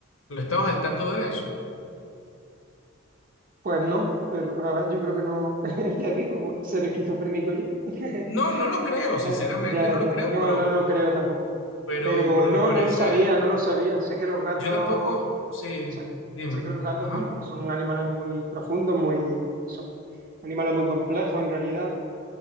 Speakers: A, on the left; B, on the right.
A: ¿Tú estabas al tanto de eso?
B: Pues no, pero a ver, yo creo que no, <laughs> ya digo, pues, ser esquizofrénico ya. <laughs>
A: No, no lo creo,
B: Ya,
A: sinceramente
B: ya,
A: no lo
B: ya.
A: creo,
B: no,
A: pero
B: no, no creo tampoco.
A: Pero,
B: Pero
A: pero
B: no,
A: me parece,
B: no lo sabía, no lo sabía. Sé que los gatos,
A: yo tampoco, sí,
B: sé,
A: dime,
B: sé que los gatos,
A: ajá,
B: bueno, porque son animales muy profundos, muy, son animales muy complejos en realidad,